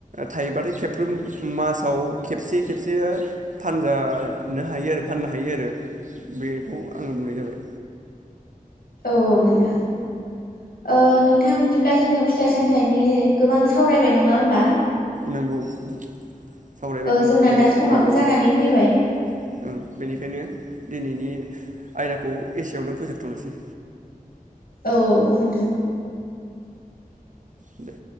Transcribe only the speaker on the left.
औ-औ नोंथा थां ओ नोंथां बिदिब्ला जोङो फिथाइ सामथाइनि गोबां सावरायबाय नङा होमबा
ओ जोंना
दा समाबो
जानानै फैबाय
औ-औ नोंथां